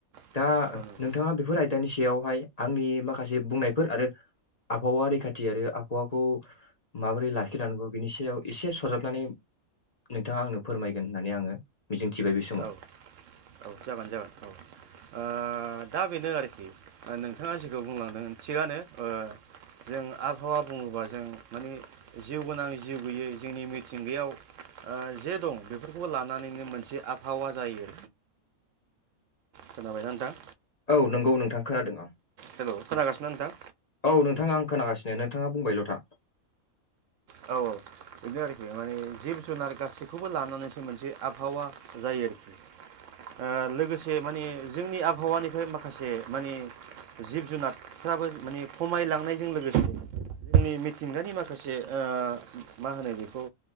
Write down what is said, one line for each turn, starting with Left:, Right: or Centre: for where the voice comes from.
Right: औ
Left: दा नोंथाङा
Right: औ
Left: बेफोर आयदानि सायावहाय आंनि माखासे बुंनायफोर आरो आबहावा रैखाथि आरो आबहावा खौ माबोरै लाखिलांनांगौ बिनि सायाव एसे सरजाबनानै नोंथाङा आंनो फोरमायगोन होननानै आङो मिजिंथिबाय बे समाव
Right: औ औ जागोन जागोन औ ओ दा बेनो आरो ओ नोंथाङा जिखौ बुंलांदों थिगानो ओ जों आबहावा बुङोबा जों माने जिउ गोनां जिउ गोयै जोंनि मिथिंगायाव जे दं बेफोरखौबो लानानैनो मोनसे आ हावा जायो खोनाबायना
Left: औ नंगौ नोंथां खोनादों आं
Right: हेल' खोनागासिनो नोंथां
Left: औ नोंथाङा आं खोनागासिनो नोंथाङा बुंबायल' था
Right: औ औ बेनो आरोखि माने जिब जुनार गासैखौबो लानानैसो मोनसे आबहावा जायो आरो लोगोसे माने जोंनि आबहावानिफ्राय माखासे माने जिब जुनारफ्राबो माने खमायलांनायजों लोगोसे जोंनि मिथिंगानि माखासे ओ मा होनो बेखौ